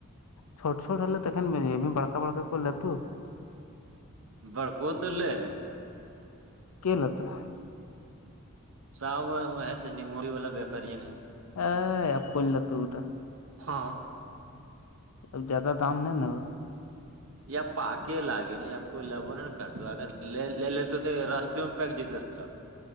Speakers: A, on the left; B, on the right.
A: چھوٹ چوٹلےیکینے بھی بڑکا بڑکا کر ل تو
B: بڑک تو لےل س
A: ک ل تھا
B: سا وہت نموئی والا بیپرین ہے
A: ا آپن ل توٹا
B: ہاں
A: اب زیادہ دام نہیں نا ہو
B: یا پک لگے نا یا کوئی لبو نہیں کرتا اگر لے لے لیتے تو راستے میں پک جتے سحب